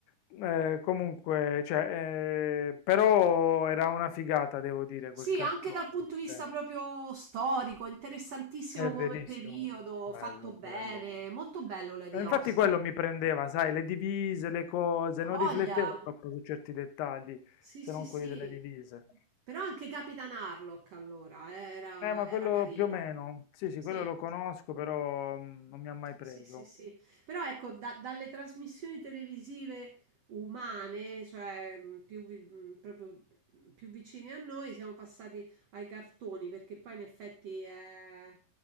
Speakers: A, on the left (about 80°); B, on the right (about 80°).
A: Eh, comunque, cioè, eh, però era una figata, devo dire,
B: Sì,
A: quel cartone.
B: anche dal punto di vista
A: cioè,
B: proprio storico, interessantissimo
A: è
B: Eh, come
A: verissimo,
B: periodo,
A: bello,
B: fatto bene,
A: bello.
B: molto bello Lady
A: E
B: eh,
A: infatti
B: Oscar.
A: quello mi prendeva, sai, le divise, le cose,
B: Ha
A: non
B: voglia.
A: riflettevo troppo su certi dettagli,
B: Sì,
A: se
B: sì,
A: non
B: sì.
A: quelli delle divise.
B: Però anche Capitan Harlock allora eh, era,
A: Eh, ma
B: era
A: quello
B: carino.
A: più o meno, sì, sì,
B: Sì.
A: quello lo conosco, però mm, non mi ha mai preso.
B: Sì, sì, sì. Però ecco, da- dalle trasmissioni televisive umane, cioè mh, più, vi- mh, proprio mh, più vicine a noi, siamo passati ai cartoni, perché poi in effetti eh,